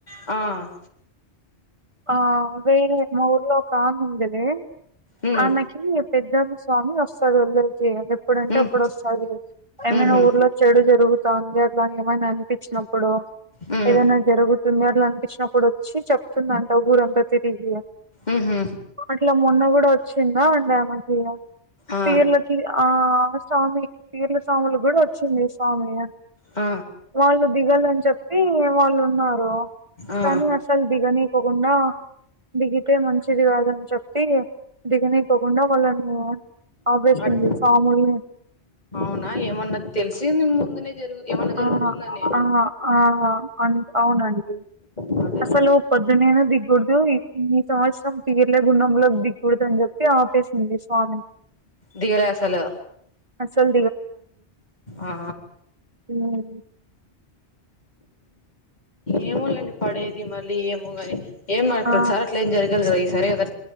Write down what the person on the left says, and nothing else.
ఆ
మ్మ్
మ్మ్
మ్హు
మ్మ్
ఉహు
ఆ
ఆ
ఆ
అట్
అవునా ఏమన్నా తెలిసి ముందునే జరుగు ఏమన్నా జరుగుతుందని
మరి
దిగలే అసలు
ఆా
ఏమోలేండి పడేది మళ్ళీ ఏమో కాని ఏం మరి ప్రతి
సారి అట్లే ఏం జరిగదు కదా ఈ సారి అద్